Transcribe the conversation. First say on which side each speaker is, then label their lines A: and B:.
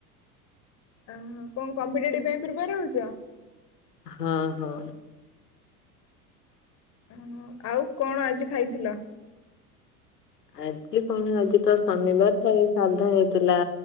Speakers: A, on the left; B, on the left.
A: ଓହୋ କଣ କମ୍ପିଟେଟିଭ ପାଇଁ ପ୍ରିପାର ହଉଛ?
B: ହଁ ହଁ।
A: ହଁ ଆଉ କଣ ଆଜି ଖାଇଥିଲ?
B: ଆଜି କଣ ଆଜି ତ ଶନିବାର ତ ଏଇ ସାଧା ହେଇଥିଲା